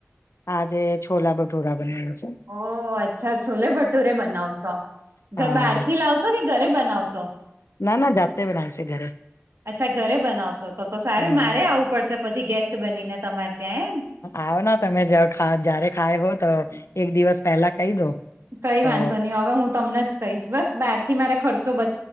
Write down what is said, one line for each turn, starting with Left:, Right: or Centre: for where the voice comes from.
Left: આજે છોલા ભટોરા બનાવે છે
Right: ઓ અચ્છા છોલે ભટુરે બનાવશો
Left: હા
Right: તો બહાર થી લાવશો કે ઘરે બનાવશો
Left: ના, ના, જાતે બનાવશે ઘરે
Right: અચ્છા ઘરે બનાવશો તો તો સારું
Left: હમ
Right: મારેય આવવું પડશે પછી ગેસ્ટ બનીને તમારે ત્યાં એમ
Left: આવોન તમે જયારે ખાવ ત્યારે ખાહો તો એક દિવસ પહેલા કહી દો
Right: કઈ
Left: તો
Right: વાંધો ની હવે હું તમને જ કહીશ બસ બારથી મારા ખર્ચો બ